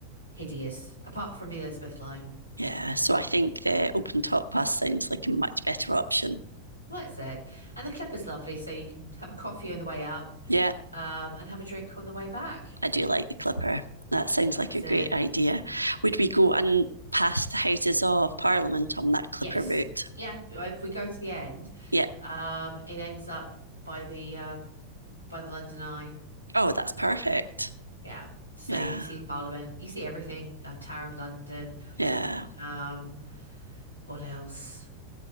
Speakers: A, on the left; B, on the right.
A: hideous, apart from the Elizabeth line.
B: Yeah. So I think the open top bus sounds like a much better option.
A: Well, that's it. And the Clipper's lovely, so you can have a coffee on the way up,
B: Yeah.
A: um, and have a drink on the way back.
B: I do like the Clipper. That sounds
A: That's
B: like a great
A: it.
B: idea. Would we go and pass the Houses of Parliament on that Clipper
A: Yes.
B: route?
A: Yeah. If we go to the end,
B: Yeah.
A: um, it ends up by the um by the London Eye.
B: Oh, that's perfect.
A: Yeah. So
B: Yeah.
A: you can see Parliament, you see everything, um, Tower of London,
B: Yeah.
A: um, what else?